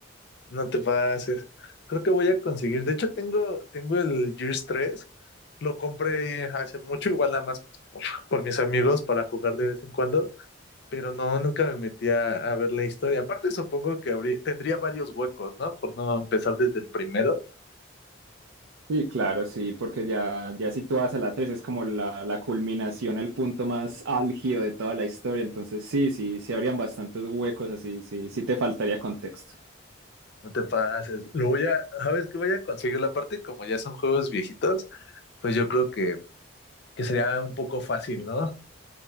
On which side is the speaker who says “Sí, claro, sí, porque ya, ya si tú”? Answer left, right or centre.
Right